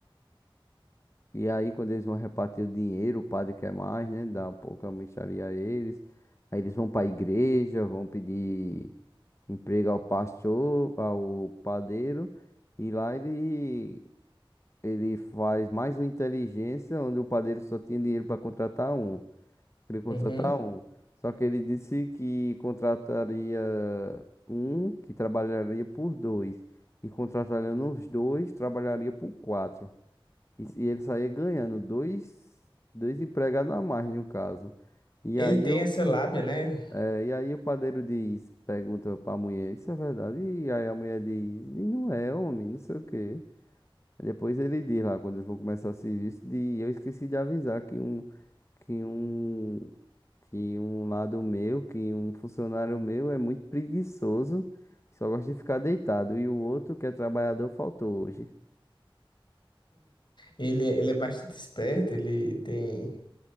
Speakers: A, on the left (about 30°); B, on the left (about 55°).
A: E aí, quando eles vão repartir o dinheiro, o padre quer mais, né? Dá um pouco a mixaria a eles. Aí eles vão pra igreja, vão pedir emprego ao pastor, ao padeiro. E lá ele Ele faz mais uma inteligência, onde o padeiro só tinha dinheiro para contratar um. Queria contratar
B: Uhum.
A: um. Só que ele disse que contrataria um que trabalharia por dois. E contratando os dois, trabalharia por quatro. E, se- e ele saía ganhando dois, dois empregados a mais, no caso. E
B: Ele
A: aí,
B: tem
A: eu,
B: essa lábia, né?
A: é, e aí o padeiro diz, pergunta para a mulher, isso é verdade? E aí a mulher diz, e não é, homem, não sei o quê. Aí Depois ele diz lá, quando eles vão começar o serviço, de eu esqueci de avisar que um, que um, que um lado meu, que um funcionário meu é muito preguiçoso, só gosta de ficar deitado, e o outro, que é trabalhador, faltou hoje.
B: Ele, ele é bastante esperto, ele tem,